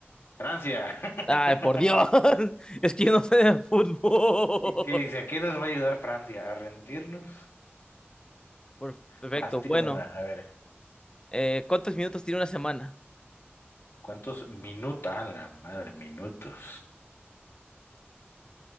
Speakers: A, on the left; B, on the left.
A: Francia. <laughs>
B: Ay, por Dios, <laughs> es que yo no sé de fútbol.
A: ¿Qué dice? ¿A qué nos va a ayudar Francia? ¿A rendirnos?
B: <laughs> Por- perfecto,
A: Vas, tírame
B: bueno.
A: una, a ver.
B: eh, ¿cuántos minutos tiene una semana?
A: ¿Cuántos minutos? A la madre, minutos.